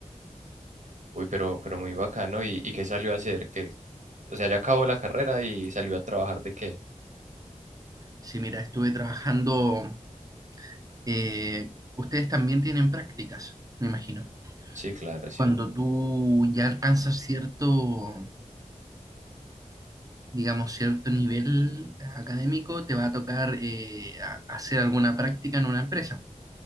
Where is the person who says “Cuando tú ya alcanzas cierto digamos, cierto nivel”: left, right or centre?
Right